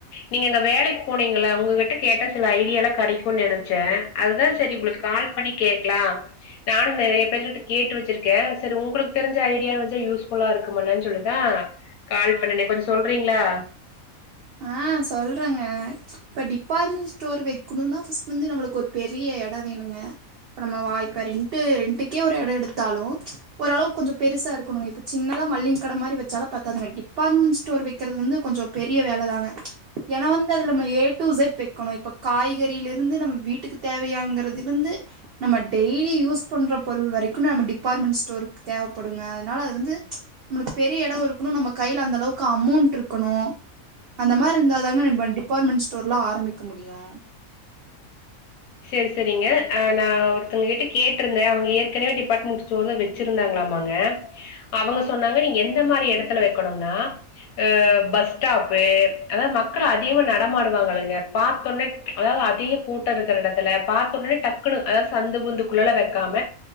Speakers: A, on the left; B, on the right.
A: நீங்க அங்க வேலைக்கு போனீங்கள உங்ககிட்ட கேட்ட சில ஐடியாலா கிடைக்குனு நினைச்சேன் அதான் சரி உங்களுக்கு கால் பண்ணி கேக்கலான் நானு நெரய பேரு கிட்ட கேட்டு வச்சிருக்கே சரி உங்களுக்கு தெரிஞ்ச ஐடியா வச்ச யூஸ்ஃபுல்லா இருக்குமல்லன் சொல்லிதான் கால் பண்ணுனே கொஞ்சொ சொல்றீங்ளா
B: ஆ சொல்றேங்க இப்ப டிபார்ட்மெண்ட் ஸ்டோர் வைக்கணுனா ஃபஸ்ட் வந்து நம்மளுக்கு ஒரு பெரிய இடம் வேணுங்க ப்ப நம்ம வாய்ப்பே ரெண்டு ரெண்டுக்கே ஒரு இட எடுத்தாலு ஓரளவு கொஞ்ச பெருசா இருக்கணுங்க இப்ப சின்னதா மல்லிங்கடை மாறி வச்சால பத்தாதுங்க டிபார்ட்மெண்ட் ஸ்டோர் வைக்றது வந்து கொஞ்ச பெர் பெரிய வேல தாங்க ஏன்னா வந்து அதுல நம்ம ஏ டு செட் வெக்கணு இப்ப காய்கறில இருந்து நம்ம வீட்டுக்கு தேவையாங்கறதுல இருந்து நம்ம டெய்லி யூஸ் பண்ற பொருள் வரைக்கு நம்ம டிபார்ட்மெண்ட் ஸ்டோர்கு தேவப்படுங்க அதனால அது வந்து நம்மளுக்கு பெரிய இட இருக்கணு நம்ம கைய்ல அந்த அளவுக்கு அமௌண்ட் இருக்கணு அந்த மாறி இருந்தாதாங்க நம்ம டிபார்ட்மெண்ட் ஸ்டோர்ல்லா ஆரம்பிக்க முடியும்
A: சரி சரிங்க நா ஒருத்தங்க கிட்ட கேட்டிருந்தேன் அவங்க ஏற்கனவே டிபார்ட்மெண்ட் ஸ்டோர்ல வெச் ச்சிருந்தாங்களாமாங்க அவங்க சொன்னாங்க நீங்க எந்த மாறி எடத்துல வெக்கணும்னா அ பஸ் ஸ்டாப்பு அதாவ மக்கள் அதிகமா நடமாடுவாங்கல்லங்க பாத்தோனே அதாது அதிக கூட்ட இருக்குற இடத்துல பாத்த உடனே டக்குனு அதாது சந்து புந்து குள்ளலா வெக்காம